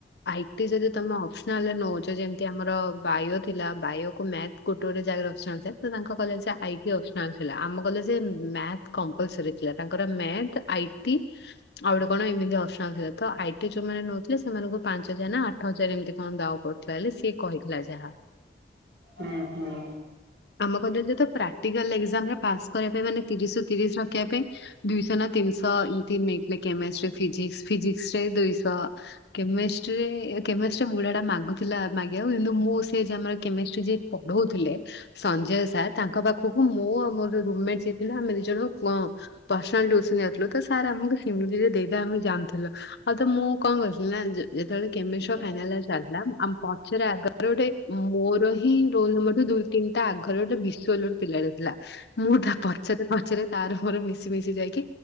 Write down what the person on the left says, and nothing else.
ଆଇଟି ଯଦି ତମେ ଅପସନାଲରେ ନଉଛ ଯେମତି ଆମର ବାୟୋ ଥିଲା ବାୟୋକୁ ମ୍ୟାଥ ଗୋଟେ ଗୋଟେ ଯାଗାରେ ଅପ୍ସନାଲ ଥାଏ ତାଙ୍କ କଲେଜରେ ଆଇଟି ଅପ୍ସନାଲ ଥିଲା ଆମ କଲେଜ ଯେ ମ୍ୟାଥ୍ କମ୍ପୋଲସରି ଥିଲା ତାଙ୍କର ମ୍ୟାଥ୍ ଆଇ ଟି ଆଉ ଗୋଟେ କଣ ଏମିତି ଅପ୍ସନ୍ ଥିଲା ତ ଆଇ ଟି ଯୋଉମାନେ ନେଉଥିଲେ ସେମାନଙ୍କୁ ପାଞ୍ଚ ହଜାର ନା ଆଠ ହଜାର ଏମିତି କଣ ଦାଉ ପଡିଥିଲା ସିଏ କହିଥିଲା ଯାହା।
ଆମ କଲେଜରେ ପ୍ରାକ୍ଟିକାଲ୍ ଏକ୍ସାମରେ ପାସ୍। କରିବା ପାଇଁ ମାନେ ତିରିଶ ରୁ ତିରିଶ ରଖିବା ପାଇଁ ଦୁଇଶହ ନା ତିନିଶହ ତ ଏମତି କେ କେମେଷ୍ଟ୍ରି ଫିଜିକ୍ସ ଫିଜିକ୍ସରେ ଦୁଇଶହ ତ କେମେଷ୍ଟ୍ରିରେ କେମେଷ୍ଟ୍ରିରେ ବୁଢାଟା ମାଗୁଥିଲା ମାଗିବାକୁ ଆଉ କିନ୍ତୁ ମୁଁ ସେଏ ଆମର କେମିଷ୍ଟ୍ରି ଯିଏ ପଢଉଥିଲେ। ସଞ୍ଜୟ ସାର୍ ତାଙ୍କ ପାଖକୁ ମୁଁ ଆଉ ମୋର ରୁମମେଟ ଯେଥିଲା ଆମେ ଦି ଜଣ <inaudible> ପର୍ସନାଲ ଟ୍ୟୁସନ ଯାଉଥିଲୁ ତ ସାର୍ ଆମକୁ ହେମିତିରେ ଦେଇଦେବେ ଆମେ ଜାଣିଥିଲୁ। ହଉ ତ ମୁଁ କଣ କରଥିଲି ନା ଯେ ଯେତେବେଳେ କେମିଷ୍ଟୋ
ଫାଇନାଲ ଚାଲିିଲା ଆମ ପଛରେ ଆଗ ଆର ଗୋଟେ ମୋର ହିଁ ରୋଲ ନମ୍ବରଠୁ ଦୁଇ ତିନିଟା ଆଗର ଗୋଟେ ବିଶ୍ଵଲୋ ପିଲା ଥିଲା। ମୁଁ ତା ପଚରେ ପଚରେେ ତାର ମୋର ମିଶି ମିଶି ଯାଇକି